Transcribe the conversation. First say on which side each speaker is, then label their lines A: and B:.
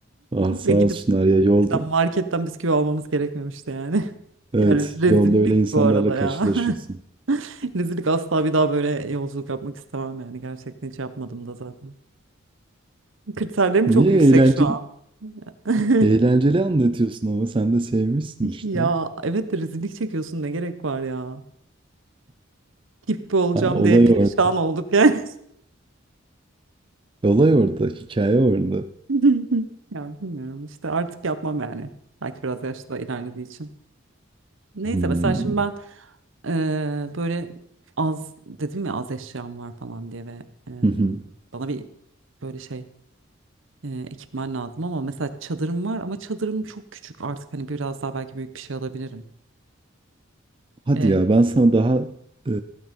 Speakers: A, on the right (about 25°); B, on the right (about 70°).
A: Ah sağ
B: Ve gidip
A: olsunlar ya yolda.
B: şeyden, marketten bisküvi almamız gerekmemişti yani. <laughs>
A: Evet,
B: Yani rezillik
A: yolda öyle insanlarla
B: bu arada
A: karşılaşıyorsun.
B: ya. <laughs> Rezillik asla bir daha böyle yolculuk yapmak istemem yani. Gerçekten hiç yapmadım da zaten. Kriterlerim
A: Niye
B: çok yüksek
A: eğlenceli,
B: şu an. <laughs>
A: eğlenceli anlatıyorsun ama sen de sevmişsin işte.
B: Ya evet de rezillik çekiyorsun ne gerek var ya. Hippi olacağım
A: Ha, olay
B: diye perişan
A: orada.
B: olduk yani.
A: Olay orada, hikaye orada.
B: <laughs> Ya bilmiyorum işte artık yapmam yani. Belki biraz yaşta ilerlediği için. Neyse
A: Hmm.
B: mesela şimdi ben eee, böyle az dedim ya az eşyam var falan diye ve eee,
A: <laughs> Hı hı.
B: bana bir böyle şey eee, ekipman lazım ama mesela çadırım var ama çadırım çok küçük artık hani biraz daha belki büyük bir şey alabilirim.
A: Hadi
B: Eee,
A: ya ben sana daha e,